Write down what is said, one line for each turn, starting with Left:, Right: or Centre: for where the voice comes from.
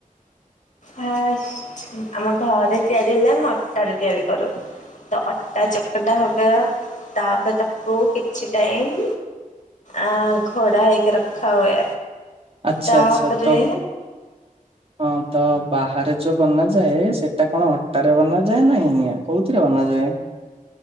Left: ଫାର୍ଷ୍ଟ ଆମ ଘରେ ତିଆରି ହେଲେ ଆମେ ଅଟାରେ ତିଆରି କରୁ ତ ଅ ତା ଚକଟା ହବ ତାପ ତାକୁ କିଛି ଟାଇମ୍। ଆଁ ଘୋଡ଼ା ହେଇକି ରଖା ହୁଏ।
Right: ଆଚ୍ଛା
Left: ତାପରେ।
Right: ଆଚ୍ଛା ତ ହଁ ତ ବାହାରେ ଯୋଉ ବନାଯାଏ ସେଟା କଣ ଅଟାରେ ବନାଯାଏ ନାଇଁ ଆଜ୍ଞା କୋଉଥିରେ ବନାଯାଏ? ଏ